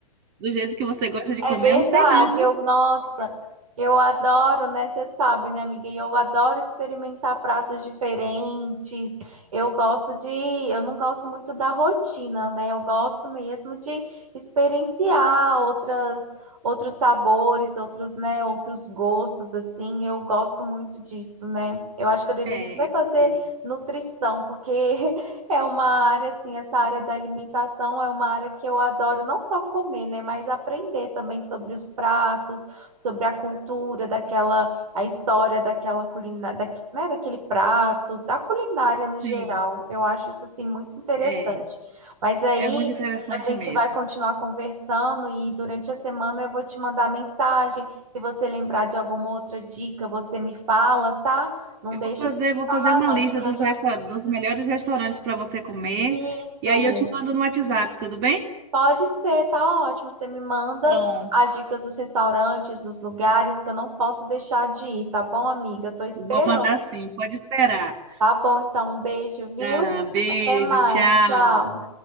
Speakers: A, on the right; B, on the right.
A: do jeito que você gosta de comer,
B: É verdade,
A: eu não sei não, viu?
B: eu, nossa, eu adoro, né? Você sabe, né, amiga? E Eu adoro experimentar pratos diferentes. Eu gosto de, eu não gosto muito da rotina, né? Eu gosto mesmo de experienciar outras, outros sabores, outros, né, outros gostos, assim. Eu gosto muito disso, né? Eu acho que eu deveria
A: É,
B: até
A: eu
B: fazer
A: sei.
B: nutrição, porque <laughs> É uma área, assim, essa área da alimentação é uma área que eu adoro não só comer, né, mas aprender também sobre os pratos, sobre a cultura daquela, a história daquela culinária, da, né, daquele prato, da culinária no geral.
A: Sim,
B: Eu acho isso, assim, muito interessante.
A: é,
B: Mas aí
A: é muito interessante
B: a gente
A: mesmo.
B: vai continuar conversando e durante a semana eu vou te mandar mensagem. Se você lembrar de alguma outra dica, você me fala, tá? Não
A: Eu
B: deixa
A: vou fazer,
B: de me
A: vou
B: falar,
A: fazer uma
B: não,
A: lista
B: porque
A: dos,
B: eu já...
A: resta- dos melhores restaurantes para você comer.
B: Isso!
A: E aí eu te mando no WhatsApp, tudo bem?
B: Pode ser, tá ótimo. Você me manda
A: Pronto.
B: as dicas dos restaurantes, dos lugares que eu não posso deixar de ir, tá bom, amiga? Eu tô esperando.
A: Vou mandar sim, pode esperar.
B: Tá bom, então, um beijo, viu?
A: Tá, beijo,
B: Até mais.
A: tchau.
B: Tchau.